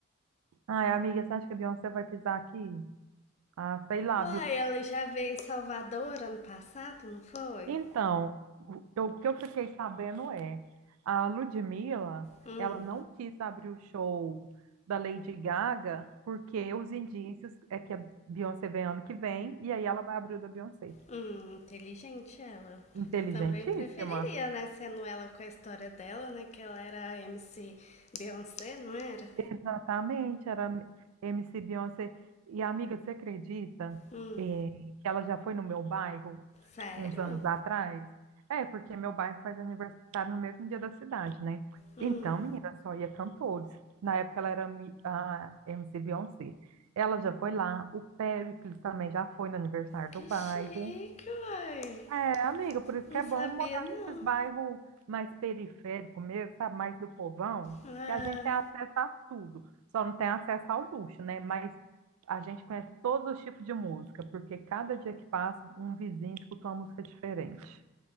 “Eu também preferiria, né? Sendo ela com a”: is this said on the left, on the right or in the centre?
Left